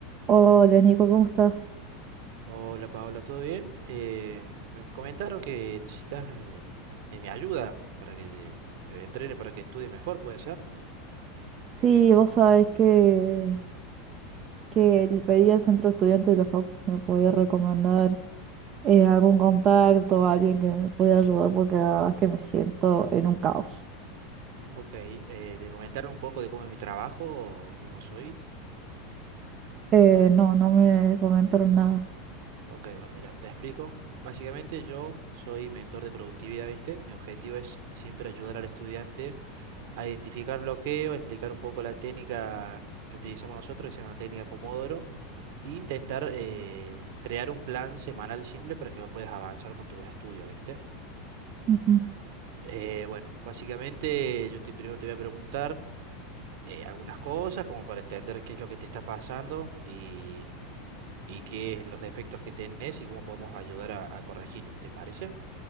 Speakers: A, on the right; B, on the right.
A: Hola Nico, ¿cómo estás?
B: Hola Paola, ¿todo bien? Eh, me comentaron que necesitas eh, de mi ayuda para que te, te entrene, para que estudies mejor, ¿puede ser?
A: Sí, vos sabés que, que le pedí al centro estudiante de la facu si me podía recomendar eh, algún contacto, alguien que me pudiera ayudar porque la verdad es que me siento en un caos.
B: Ok, eh, ¿te comentaron un poco de cómo es mi trabajo o cómo soy?
A: Eh, no, no me comentaron nada.
B: Ok, bueno, mira, te explico. Básicamente yo soy mentor de productividad, ¿viste? Mi objetivo es siempre ayudar al estudiante a identificar bloqueos, explicar un poco la técnica que utilizamos nosotros, que se llama técnica Pomodoro, e intentar eh, crear un plan semanal simple para que vos puedas avanzar con tus estudios, ¿viste?
A: Ujú.
B: Eh, bueno, básicamente yo te, primero te voy a preguntar eh, algunas cosas como para entender qué es lo que te está pasando y, y qué es los defectos que tenés y cómo podemos ayudar a, a corregirlos, ¿te parece?